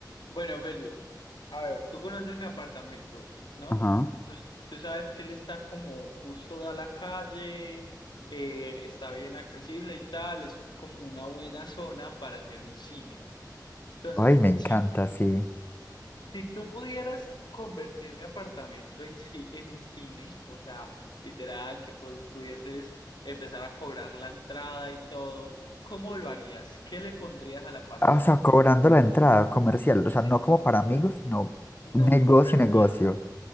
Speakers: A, on the left; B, on the left.
A: Bueno, Feli, a ver, tú conoces mi apartamento, ¿no?
B: Ajá.
A: Entonces, tú sabes que él está como justo da la calle, eh, está bien accesible y tal, es como una buena zona para hacer un cine. Entonces,
B: Ay, me encanta,
A: si,
B: sí.
A: si tú pudieras convertir mi apartamento en, ci- en un cine, o sea, literal, que pu- pudieses empezar a cobrar la entrada y todo, ¿cómo lo harías? ¿Qué le pondrías al apartamento?
B: Ah, o sea, cobrando
A: Pues
B: la entrada comercial, o sea,
A: sí,
B: no como para amigos,
A: eh,
B: no.
A: no
B: Negocio,
A: comercio.
B: negocio.